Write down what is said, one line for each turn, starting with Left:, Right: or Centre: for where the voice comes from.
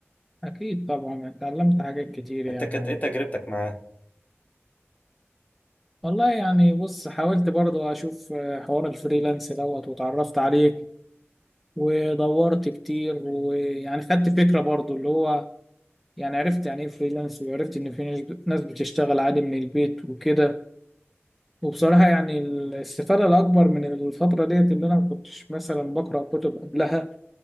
Centre: أكيد طبعا اتعلمت حاجات كتير يعني
Left: انت كانت
Centre: أهو.
Left: ايه تجربتك معاه
Centre: والله يعني بص حاولت برضو أشوف آه، حوار الفريلانس دوت واتعرفت عليه ودورت كتير ويعني خدت فكرة برضو اللي هو يعني عرفت يعني إيه فريلانس وعرفت إن في ناس ناس بتشتغل عادي من البيت وكده وبصراحة يعني الاستفادة الأكبر من الفترة ديت اللي أنا ما كنتش مثلا بقرأ كتب قبلها